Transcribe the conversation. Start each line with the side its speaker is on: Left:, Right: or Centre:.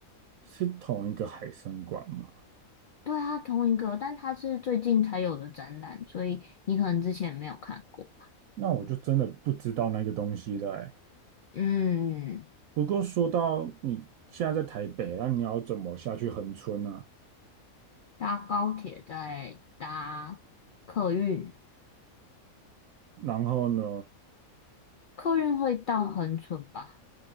Right: 是同一个海参馆吗？
Left: 对啊，同一个，但它是最近才有的展览，所以你可能之前没有看过。
Right: 那我就真的不知道那个东西了、欸。
Left: 嗯，
Right: 不过说到你现在在台北，那你要怎么下去恒村啊？
Left: 搭高铁再搭客运。
Right: 然后呢，
Left: 客运会到恒春吧？